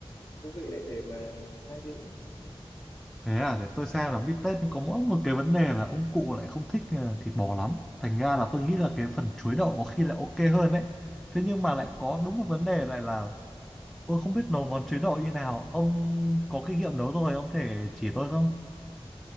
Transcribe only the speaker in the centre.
thế à để tôi xem là bít tết nhưng có mỗi một cái vấn đề là ông cụ lại không thích ờ, thịt bò lắm thành ra là tôi nghĩ là cái phần chuối đậu có khi lại ok hơn đấy thế nhưng mà lại có
đúng
một vấn đề lại là tôi không biết nấu món chuối đậu như nào ông có kinh nghiệm nấu rồi ông thể chỉ tôi không